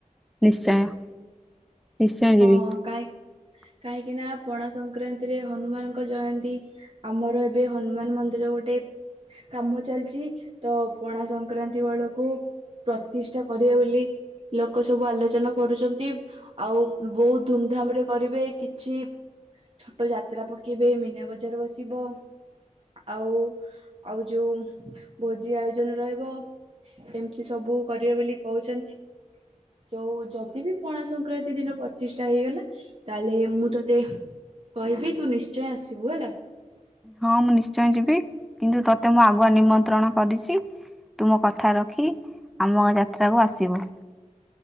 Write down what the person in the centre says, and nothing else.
ନିଶ୍ଚୟ। <inaudible> ନିଶ୍ଚୟ ଯିବି
<inaudible>
ହଁ ମୁଁ ନିଶ୍ଚୟ ଯିବି କିନ୍ତୁ ତୋତେ ମୁଁ ଆଗୁଆ ନିମନ୍ତ୍ରଣ କରିଛି ତୁ ମ କଥା ରଖି ଆମ ଯାତ୍ରାକୁ ଆସିବୁ।